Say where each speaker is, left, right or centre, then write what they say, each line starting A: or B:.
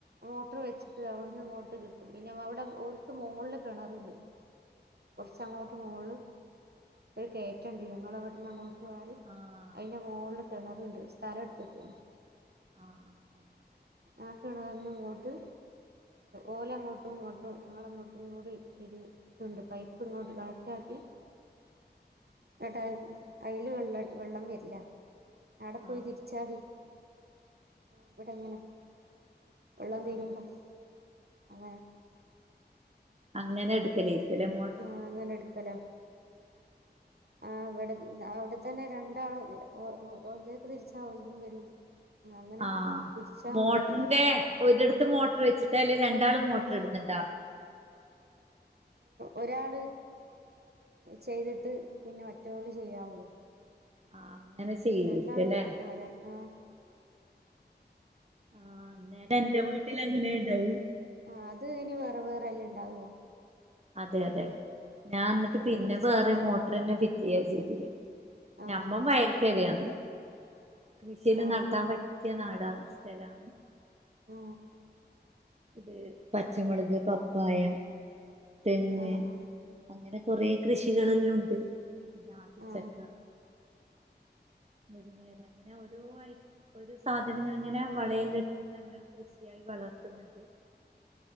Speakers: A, on the right; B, on the right.
A: മോട്ടർ വെച്ചിട്ട് അവിടുന്ന് ഇങ്ങോട്ട് കിട്ടും പിന്നെ അവിടെ ഒരുക്ക് മോളില് കിണറുണ്ട് കുറച്ച്ങ്ങോട്ട് മുകളിൽ ഒരു കയറ്റുണ്ട് ഞങ്ങളൾ അവിടുന്ന് അങ്ങോട്ട് പോയാൽ
B: ആഹ
A: അയിന്റെ മോളില് കിണറുണ്ട് സ്ഥലം എടുത്തിട്ട്
B: ആഹ് അങ്ങനെ
A: ഞൾക്കിണ വന്ന് ഇങ്ങോട്ട് ഓല അങ്ങോട്ടും ഇങ്ങോട്ടും ഞങ്ങളങ്ങോട്ടും കൂടി ഇ ഇതുണ്ട് പൈപ്പ് ഇങ്ങോട്ട് കണക്റ്റ് ആക്കി. കേട്ടാ അയ്ൽ വെള്ള വെള്ളം വരില്ല അടെ പോയി
B: ആഹ്
A: തിരിച്ചാതി ഇവിടെങ്ങനെ വെള്ളം
B: ആഹ്
A: തീരുമ്പം അങ്ങനെ
B: അങ്ങനെ എടുക്കും <unintelligible>
A: ആഹ് അങ്ങനെടുക്കലോ
B: <inaudible>
A: ആ അവിടെ അവിടെത്തന്നെ രണ്ടാളും ഓലേക്ക് തിരിച്ചാ അവലതും വരും അങ്ങനെ
B: ആ
A: തിരിച്ചാ
B: മോട്ടറിന്റെ
A: മതി
B: ഒരിടത്ത് മോട്ടർ വെച്ചിട്ടല് രണ്ടാള് മോട്ടർ ഇടുന്നുണ്ടോ.
A: ഒരാള് ചെയ്തിട്ട്, പിന്നെ മറ്റവള് ചെയ്യാവുള്ളൂ
B: ആഹ് <unintelligible>
A: രണ്ടാളും
B: അല്ലേ
A: ഇല്ല ആരാ ആഹ്.
B: ആ എന്റെ വീട്ടിൽ എങ്ങനെയുണ്ടായി
A: ആ അത് ഇനി വേറെ വേറെല്ലാം ഉണ്ടാവ
B: അതെ അതെ ഞാൻ എന്നിട്ട് പിന്നെ
A: ഒരുമിച്ച്
B: വേറെ
A: ചെയ്താൽ
B: മോട്ടർന്നെ
A: ഉണ്ടാവില്ല
B: വി തി ആഹ് ചെയ്തിനി
A: ആ
B: ഞമ്മ വയൽക്കരന്ന് കൃഷിയെല്ലാം
A: ആ
B: നടത്താൻ പറ്റിയ നാടാണ് സ്ഥലാ
A: ഓ
B: ഇത് പച്ചമുളക് പപ്പായ തെങ്ങ്
A: ആ ആ
B: അങ്ങനെ കൊറേ കൃഷികളെല്ലാം ഉണ്ട് പിന്നെ ആത്തിച്ചക്ക
A: ആ
B: മുരിങ്ങയില അങ്ങനെ ഓരോ ഒരു സാധനങ്ങൾ ഇങ്ങനെ <unintelligible> നല്ല കൃഷിയായി വളർത്തുന്നു <unintelligible>